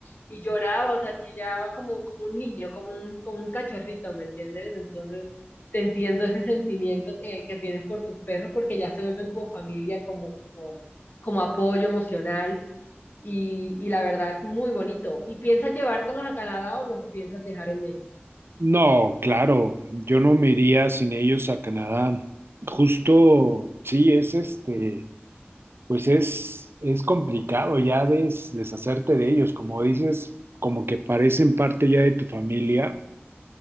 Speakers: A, on the left; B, on the right.
A: Y lloraba, o sea, chillaba como, como un niño, como un, como un cachorrito, ¿me entiendes? Entonces, te entiendo ese sentimiento que, que tienes por tus perros porque ya se vuelven como familia, como, como, como apoyo emocional y, y la verdad, muy bonito. ¿Y piensas llevártelos a Canadá o los piensas dejar en México?
B: no, claro, yo no me iría sin ellos a Canadá. Justo, sí, es este, pues es, es complicado ya des- deshacerte de ellos, como dices, como que parecen parte ya de tu familia,